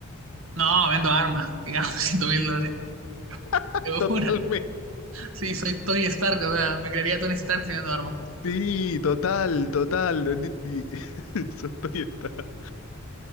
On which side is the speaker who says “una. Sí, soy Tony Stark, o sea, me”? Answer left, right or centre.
Right